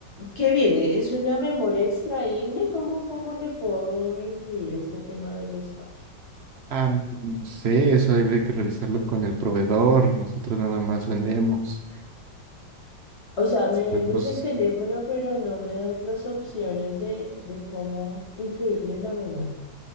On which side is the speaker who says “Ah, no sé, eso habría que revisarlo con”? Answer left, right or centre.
Right